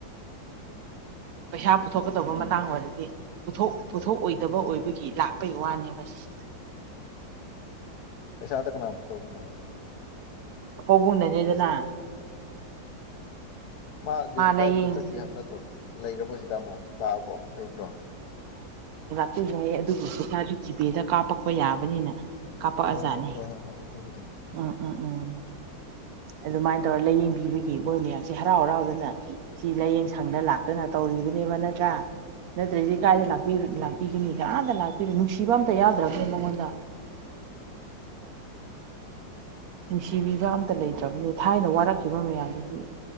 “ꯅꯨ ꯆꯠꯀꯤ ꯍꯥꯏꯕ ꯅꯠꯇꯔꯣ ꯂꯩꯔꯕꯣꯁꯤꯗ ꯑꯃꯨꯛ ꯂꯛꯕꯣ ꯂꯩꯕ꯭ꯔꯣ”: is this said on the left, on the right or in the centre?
Left